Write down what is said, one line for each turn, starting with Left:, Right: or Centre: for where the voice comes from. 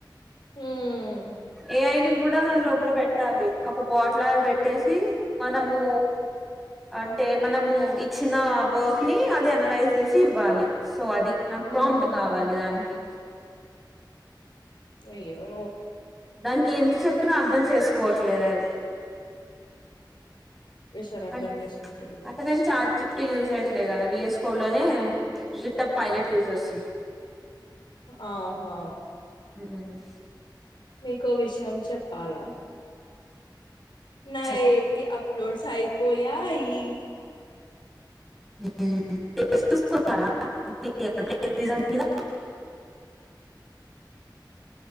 Left: హ్మ్
Centre: ఎ ఐ నీ కూడా దాని లోపట పెట్టాలి ఒక బాట్లా పెట్టేసి మనము అంటే మనము ఇచ్చిన వర్క్ ని అది అనలైజ్ చేసి ఇవ్వాలి సో అది నాకు
Left: హ్మ్
Centre: ప్రాంమ్ట్ కావాలి దానికి
Left: అయ్యో
Centre: దానికి ఎంత చెప్పినా అర్ధం చేసుకోవట్లేదు అది
Left: ఈసారి అర్థం
Centre: అం
Left: చేసుకుంటదిలే
Centre: అంటే నేను చాట్ జిపిటి యూజ్ చేయట్లేదు కదా విఎస్ కోడ్ లోనే గిత్త పైలట యూస్ చేస్తున్న
Left: ఆహా
Centre: హూమ్
Left: మీకో విషయం చెప్పాలా నైటీ
Centre: చెప్పు
Left: అప్ లోడ్స్ అయిపోయాయి
Centre: <inaudible>